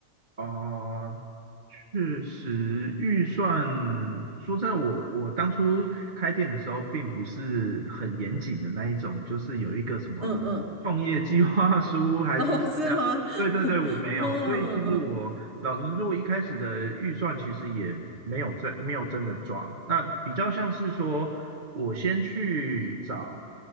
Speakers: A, on the right (about 35°); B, on the right (about 55°).
A: 哦，确实，预算，说真的，我我当初开店的时候，并不是很严谨的那一种，就是有一个什么创业计划书还是怎么样。
B: 嗯嗯，<laughs> 哦，是吗？
A: 对对对，
B: <laughs>
A: 我没有，
B: 嗯嗯嗯
A: 所以其实我老实说，我一开始的预算其实也没有真没有真的抓，那比较像是说，我先去找